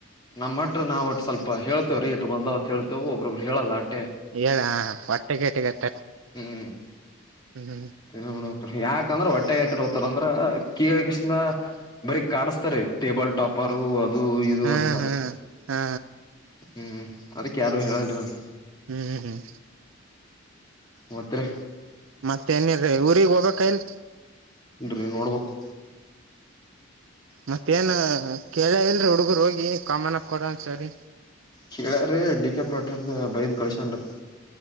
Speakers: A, on the left; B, on the right.
A: ನಮ್ಮಟ ನಾವುಟ್ ಸ್ವಲ್ಪ ಹೇಳ್ತೇ ರೀ ಇಟ್ ಬಂದವತ್ ಹೇಳ್ತೇವ ಒಬ್ಬ್ರೊಬ್ರು ಹೇಳಲ್ಲ ಆಟೆ
B: ಹೇಳ ಹೊಟ್ಟೆ ಗೇಟಿಗತ್ತ
A: ಹ್ಮ್
B: ಹ್ಮ ಹ್ಮ್
A: ಏನ್ ಮಾಡಬೇಕ್ರಿ ಯಾಕಂದ್ರೆ ಹೊಟ್ಟೆಗಕ ಇಟಕೋತರ ಅಂದರ್ ಅಂದ್ರ ಕೆಳಕೆಸಿಂದ ಬರೀ ಕಾಡಿಸ್ತಾರೆ ಟೇಬಲ್ ಟಾಪರು ಅದು ಇದು
B: ಹಾ
A: ಅಂತ
B: ಹಾ ಹಾ
A: ಹ್ಮ್ ಅದಕ್ ಯಾರು ಹೇಳಲ್ರಿಿ
B: ಹ್ಮ್ ಹ್ಮ್ ಹ್ಮ್
A: ಮತ್ತ ರೀ
B: ಮತ್ತ ಏನಿಲ್ ರಿ ಊರಿಗ್ ಹೋಗ್ಬೇಕ ಇಲ್
A: ಇಲ್ರಿ ನೋಡ್ಬೇಕು
B: ಮತ್ತೇನು ಕೇಳ ಇಲ್ರಿ ಹುಡ್ಗರು ಹೋಗಿ ಕಾಮನಪ್ ಕೊಡೆನ್ ಸರ್ ಗೆ
A: ಕೇಳಾರ್ ರಿ ಡಿ. ಕೆ ಪಾಟೀಲ್ ಬೈದ್ ಕಳಸಿದರೆ